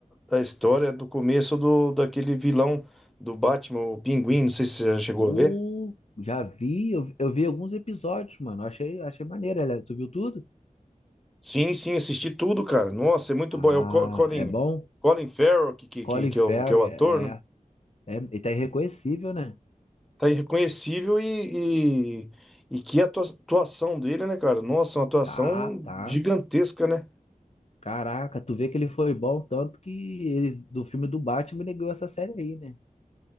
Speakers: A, in the centre; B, on the left (about 50°).
A: a história do começo do, daquele vilão do Batman, o Pinguim, não sei se você já chegou
B: uh,
A: a ver.
B: já vi, eu, eu vi alguns episódios, mano, achei, achei maneiro, ela- tu viu tudo?
A: Sim, sim, assisti tudo, cara. Nossa, é muito
B: Ah,
A: bom. É o Co- Colin,
B: é bom?
A: Colin Farrell, que, que,
B: Colin
A: que, que
B: Farrell,
A: é o, que é o ator,
B: é,
A: né?
B: é, é, ele tá irreconhecível, né?
A: Tá irreconhecível e, e, e que atua- atuação dele, né, cara? Nossa, uma atuação
B: Tá, tá.
A: gigantesca, né?
B: Caraca, tu vê que ele foi bom tanto que ele do filme do Batman ele ganhou essa série aí, né?